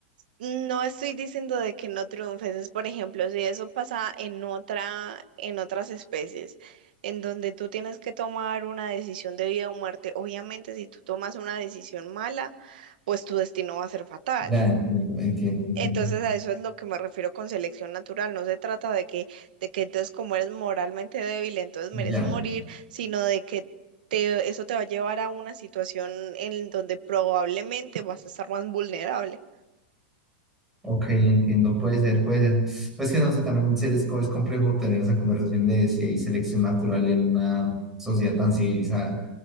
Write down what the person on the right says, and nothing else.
No estoy diciendo de que no triunfes, es por ejemplo, si eso pasa en otra, en otras especies, en donde tú tienes que tomar una decisión de vida o muerte, obviamente si tú tomas una decisión mala, pues tu destino va a ser fatal.
Entonces a eso es lo que me refiero con selección natural, no se trata de que, de que entonces como eres moralmente débil, entonces mereces
morir, sino de que te, eso te va a llevar a una situación en donde probablemente vas a estar más vulnerable.